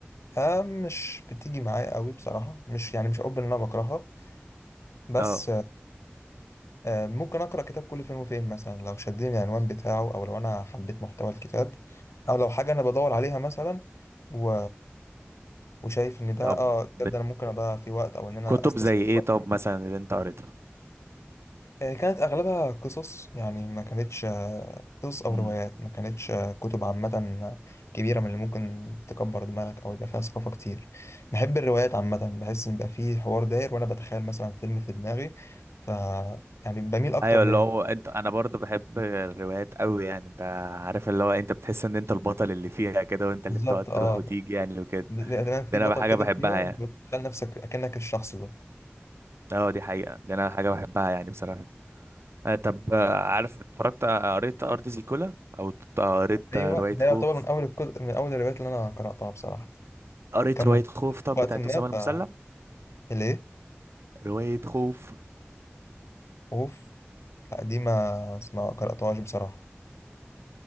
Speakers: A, on the left; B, on the right.
A: آه مش بتيجي معايا قوي بصراحه مش يعني مش هقول ان انا بكرهها بس
B: اه
A: آه آه، ممكن اقرا كتاب كل فين وفين مثلا لو شدني العنوان بتاعه او لو انا حبيت محتوى الكتاب او لو حاجه انا بدور عليها مثلا و... وشايف ان ده
B: طب
A: اه
B: بت-
A: ده, ده انا ممكن اضيع فيه وقت او ان انا
B: كتب
A: استثمر
B: زي ايه
A: وقت
B: طب مثلا اللي انت قريتها
A: آه، كانت اغلبها قصص يعني ما كانتش آه، قصص او
B: امم
A: روايات ما كانتش آه، كتب عامه كبيره من اللي ممكن تكبر دماغك او يبقى فيها ثقافه كتير بحب الروايات عامه بحس ان يبقى فيه حوار داير وانا بتخيل مثلا فيلم في دماغي ف يعني بميل اكتر
B: ايوه
A: للروايات
B: اللي هو انت انا برضه بحب الروايات قوي يعني انت عارف اللي هو انت بتحس ان انت البطل اللي فيها كده وانت
A: بالظبط
B: اللي بتقعد تروح
A: اه
B: وتيجي يعني وكده
A: بيبقى تمام في
B: ده
A: بطل
B: انا حاجه
A: كده
B: بحبها
A: فيها
B: يعني
A: انت بتتخيل نفسك اكنك الشخص ده
B: اه دي حقيقه ده انا حاجه بحبها يعني بصراحه آه طب آه، عارف اتفرجت آه، قريت ارض زيكولا او ت- آه، قريت
A: ايوه
B: آه، روايه
A: ده
B: خوف
A: يعتبر من اول الكتب من اول الروايات اللي انا قراتها بصراحه
B: قريت
A: كان
B: روايه
A: مشهور
B: خوف
A: كده
B: طب
A: في وقت
B: بتاعت
A: ما
B: اسامه المسلم
A: فليه
B: روايه خوف
A: اوف لا دي ما اسمها قرأتهاش بصراحة